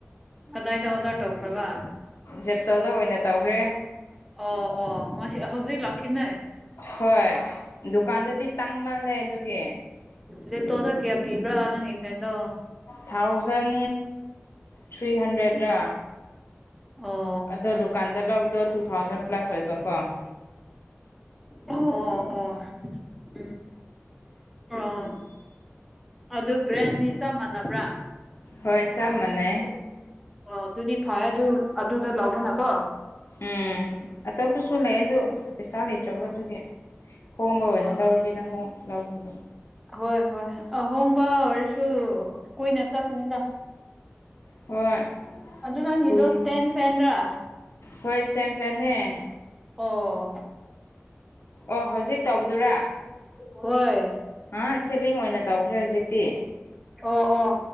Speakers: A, in the centre; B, on the left (about 65°).
A: ꯀꯗꯥꯏꯗ ꯑꯣꯗꯔ ꯇꯧꯈ꯭ꯔꯕ
B: ꯖꯦꯞꯇꯣꯗ ꯑꯣꯏꯅ ꯇꯧꯈ꯭ꯔꯦ
A: ꯑꯣ ꯑꯣ ꯍꯧꯖꯤꯛ ꯂꯥꯛꯈꯤꯅꯤ
B: ꯍꯣꯏ ꯗꯨꯀꯥꯟꯗꯗꯤ ꯇꯥꯡ ꯃꯥꯜꯂꯦ ꯑꯗꯨꯒꯤ
A: ꯖꯦꯞꯇꯣꯗ ꯀꯌꯥ ꯄꯤꯕ꯭ꯔꯥ ꯅꯪꯒꯤ ꯐꯦꯟꯗꯣ
B: ꯊꯥꯎꯖꯟ ꯊ꯭ꯔꯤꯍꯟꯗ꯭ꯔꯦꯠꯔꯥ
A: ꯑꯣ
B: ꯑꯗꯣ ꯗꯨꯀꯥꯟꯗ ꯂꯧꯕꯗꯣ ꯇꯨ ꯊꯥꯎꯖꯟ ꯄ꯭ꯂꯁ ꯑꯣꯏꯕꯀꯣ ꯑꯗꯒꯤ
A: ꯑꯣ ꯑꯣ ꯑꯣ ꯎꯝ ꯑꯣ ꯑꯗꯨ ꯕ꯭ꯔꯦꯟꯗꯤ ꯆꯞ ꯃꯥꯟꯅꯕ꯭ꯔꯥ
B: ꯍꯣꯏ ꯆꯞ ꯃꯅꯩꯌꯦ
A: ꯑꯣ ꯑꯗꯨꯗꯤ ꯐꯥꯔꯦ ꯑꯗꯨ ꯑꯗꯨꯗ ꯂꯧꯕꯅꯀꯣ
B: ꯎꯝ ꯑꯇꯣꯞꯄꯁꯨ ꯂꯩꯌꯦ ꯑꯗꯨ ꯄꯩꯁꯥ ꯂꯩꯇ꯭ꯔꯕ ꯑꯗꯨꯒꯤ ꯍꯣꯡꯕ ꯑꯣꯏꯅ ꯂꯧꯔꯒꯦꯅ
A: ꯑꯥ
B: ꯍꯣꯡ ꯂꯧꯈꯤꯕ
A: ꯍꯣꯏ ꯍꯣꯏ ꯑꯍꯣꯡꯕ ꯑꯣꯏꯔꯁꯨ ꯀꯨꯏꯅ ꯆꯠꯀꯅꯤꯗ
B: ꯍꯣꯏ
A: ꯑꯗꯨ ꯅꯪꯒꯤꯗꯣꯁꯇꯦꯟ
B: ꯀꯨꯏꯅ
A: ꯐꯦꯟ꯭ꯔꯥ
B: ꯍꯣꯏ ꯏꯁꯇꯦꯟ ꯐꯦꯟꯅꯦ
A: ꯑꯣ
B: ꯑꯣ ꯍꯧꯖꯤꯛ ꯇꯧꯕꯗꯨꯔꯥ
A: ꯍꯣꯏ
B: ꯍꯥ ꯁꯦꯂꯤꯡ ꯑꯣꯏꯅ ꯇꯧꯈ꯭ꯔꯦ ꯍꯧꯖꯤꯛꯇꯤ
A: ꯑꯣ ꯑꯣ